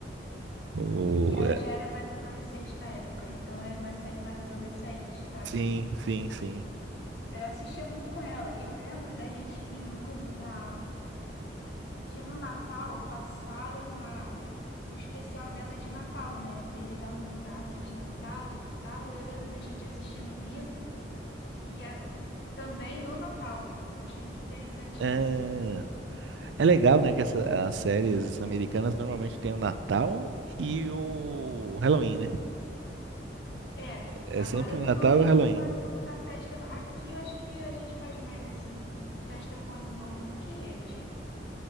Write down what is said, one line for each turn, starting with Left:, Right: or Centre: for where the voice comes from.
Right: O...
Left: E ela
Right: é,
Left: já era mais adolescente na época, então era uma série mais adolescente, sabe?
Right: Sim, sim, sim.
Left: Aí Eu assistia muito com ela e eu lembro da gente rindo muito da que no Natal passaram a o especial dela de Natal, né? Eles arrumando a árvore de Natal e tal. E Eu lembro da gente assistindo rindo e a- também no Natal. Achei muito interessante
Right: É,
Left: isso.
Right: é legal, né, que essa- as séries americanas normalmente têm o Natal e o Halloween, né?
Left: É,
Right: É
Left: agora
Right: sempre o
Left: no
Right: Natal
Left: Novo
Right: e
Left: eles
Right: o Halloween.
Left: não fazem tanta festa, não. Aqui eu acho que a gente faz mais assim, festa com o Ano Novo do que eles.